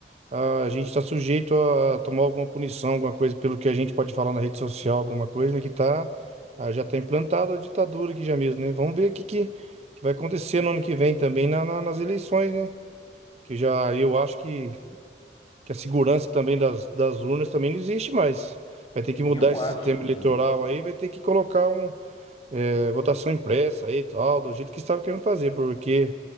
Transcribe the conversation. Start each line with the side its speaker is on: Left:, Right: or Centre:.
Right: a gente tá sujeito a tomar alguma punição, alguma coisa pelo que a gente pode falar na rede social, alguma coisa, né? Que tá, ah, já tá implantado a ditadura aqui já mesmo, né? Vamos ver o que, que, que vai acontecer no ano que vem também na- na- nas eleições, né? Que já eu acho que, que a segurança também das, das urnas também não existe mais. Vai ter que
Left: E
Right: mudar
Left: eu
Right: esse
Left: acho.
Right: sistema eleitoral
Left: Hum.
Right: aí, vai ter que colocar um, é, votação impressa aí e tal, do jeito que estava querendo fazer, porque